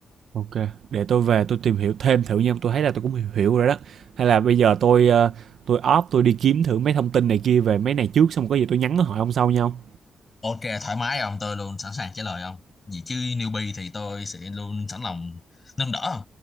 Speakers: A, on the right; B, on the left.
A: Ok, để tôi về tôi tìm hiểu thêm thử nha, tôi thấy là tôi cũng hiểu, hiểu rồi đó. Hay là bây giờ tôi ờ, tôi off tôi đi kiếm thử mấy thông tin này kia về mấy này trước xong có gì tôi nhắn hỏi ông sau nhau.
B: ok thoải mái ông tôi luôn sẵn sàng trả lời ông gì chứ newbie thì tôi sẽ luôn sẵn lòng nâng đỡ ông